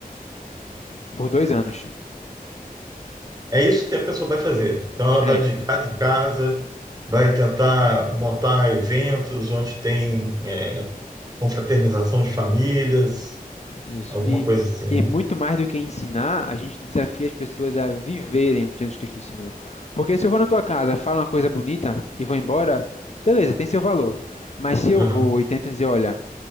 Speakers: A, on the left; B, on the right.
A: por dois anos.
B: É isso que a pessoa vai fazer. Então, ela vai
A: É,
B: de casa em casa, vai tentar montar eventos onde tem é, confraternização de famílias,
A: Isso.
B: alguma
A: E,
B: coisa assim,
A: e
B: né?
A: muito mais do que ensinar, a gente desafia as pessoas a viverem o que Jesus Cristo ensinou. Porque se eu vou na tua casa, falo uma coisa bonita e vou embora, beleza, tem seu valor. Mas se eu
B: Aham.
A: vou e tento dizer, olha,